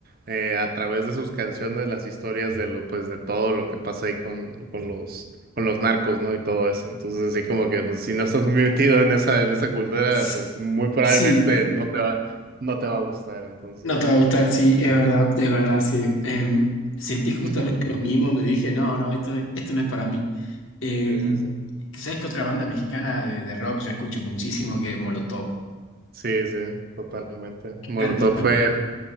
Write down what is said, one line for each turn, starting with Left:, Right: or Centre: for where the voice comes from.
Right: eh, a través de sus canciones las historias de lo, pues, de todo lo que pasa ahí con, con los, con los narcos, ¿no? Y todo eso. Entonces, así como que, pues, si no estás muy metido en esa, en esa cultura,
Left: S-
Right: pues muy probablemente
Left: Sí,
Right: no te va, no te va a gustar, entonces.
Left: no te va a gustar, sí, es verdad, es verdad, sí. Em, sentí justamente
Right: Ujú.
Left: lo mismo, me dije, no, no, esto, esto no es para mí. Em,
Right: Sí, sí, sí.
Left: ¿sabes qué otra banda mexicana de, de rock yo escucho muchísimo que es Molotov?
Right: Sí, sí, totalmente. Molotov
Left: Cantidad,
Right: fue,